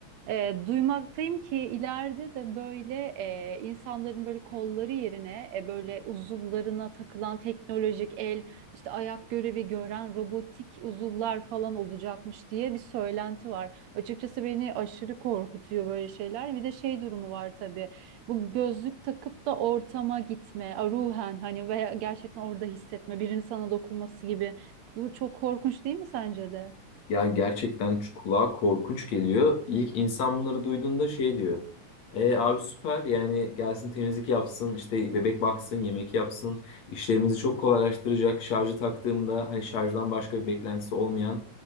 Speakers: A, on the right; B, on the left.
A: E, duymaktayım ki ileride de böyle e, insanların böyle kolları yerine e, böyle uzuvlarına takılan teknolojik el işte ayak görevi gören robotik uzuvlar falan olacakmış diye bir söylenti var. Açıkçası beni aşırı korkutuyor böyle şeyler. Bir de şey durumu var tabii. Bu gözlük takıp da ortama gitme, a, ruhen hani veya gerçekten orada hissetme, birinin sana dokunması gibi. Bu çok korkunç değil mi sence de?
B: Ya gerçekten şu kulağa korkunç geliyor. İlk insan bunları duyduğunda şey diyor. E abi süper yani gelsin temizlik yapsın işte bebek baksın yemek yapsın işlerimizi çok kolaylaştıracak şarjı taktığımda hani şarjdan başka bir beklentisi olmayan